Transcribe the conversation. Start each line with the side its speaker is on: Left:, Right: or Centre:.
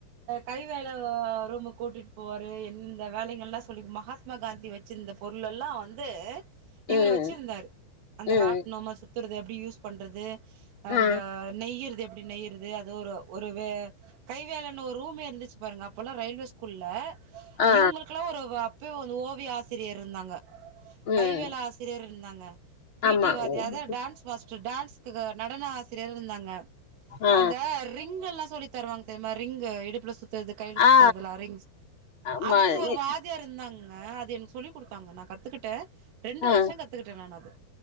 Right: கைவேல கோ ரூமுக்கு கூட்டிட் போவாரு எந்த வேலைகள்லா சொல்லி மகாத்மா காந்தி வச்சிருந்த பொருள்லெல்லா வந்து
Left: ம்
Right: இவரு வச்சிருந்தாரு அந்த
Left: ம்
Right: ராட்னம்ம சுத்துறது அப்டி யூஸ் யூஸ் பண்றது அந்த
Left: ஆ
Right: நெய்றது எப் நெய்யறது அது ஒரு ஒரு வே கைவேலன்னு ஒரு ரூமே இருந்துச்சு பாருங்க அப்பல்லா ரயில்வேஸ் குள்ள
Left: ஆ
Right: இவுங்ளுக்கலா ஒரு வப் இப்பயோ அந்து ஓவிய ஆசிரியர் இருந்தாங்க
Left: ம்
Right: கை வேல ஆஸ் சிரியர் இருந்தாங்க பி
Left: ஆமா
Right: டி வாத்தியார்
Left: ம்.
Right: த டான்ஸ் மாஸ்ட் டான்ஸ்க்கு நடன ஆசிரியர் இருந்தாங்க
Left: ஆ
Right: அந்த ரிங்க் எல்லா சொல்லித் தருவாங் தெரிமா ரிங்கு இடுப்புல சுத்றது கையில சுத்றதுலா
Left: ஆ
Right: ரிங்ஸ்
Left: ஆமா
Right: அதுக்கு ஒரு
Left: இ
Right: வாதியார் இருந்தாங்க ங்க அது எனக்கு சொல்லி கொடுத்தாங்க நா கத்துக்கிட்டே ரெண்டு
Left: ஆ
Right: வர்ஷ் து கத்துக்கிட்டே நானு அது